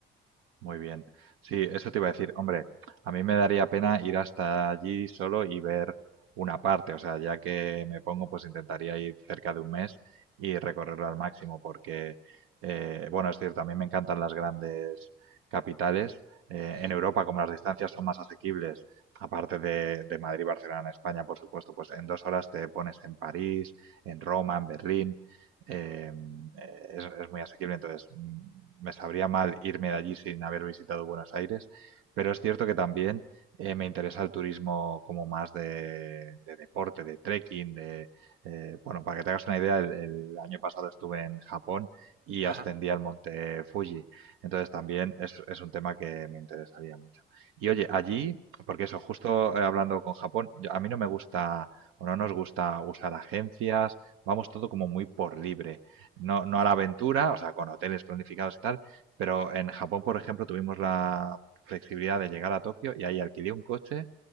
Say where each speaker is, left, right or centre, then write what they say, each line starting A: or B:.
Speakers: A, on the right; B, on the right.
A: Muy bien. Sí, eso te iba a decir. Hombre, a mí me daría pena ir hasta allí solo y ver una parte. O sea, ya que me pongo, pues intentaría ir cerca de un mes y recorrerlo al máximo, porque, eh, bueno, es cierto, a mí me encantan las grandes capitales. Eh,
B: Ujú,
A: en Europa, como las distancias son más asequibles, aparte de, de Madrid, Barcelona, en España, por supuesto, pues en dos horas te pones en París, en Roma, en Berlín eh, es, es, muy asequible, entonces mm, me sabría mal irme de allí sin haber visitado Buenos Aires, pero es cierto que también eh, me interesa el turismo como más de, de deporte, de trekking, de... eh, bueno, para que te hagas una idea, el, el año pasado estuve en Japón y
B: Ajá.
A: ascendí al monte Fuji, entonces también es, es un tema que me interesaría mucho. Y oye, allí, porque eso, justo eh, hablando con Japón, yo- a mí no me gusta o no nos gusta usar agencias Vamos todo como muy por libre, no no
B: Sí.
A: a la aventura, o sea, con hoteles planificados y tal, pero en Japón, por ejemplo, tuvimos la flexibilidad de llegar a Tokio y ahí alquilé un coche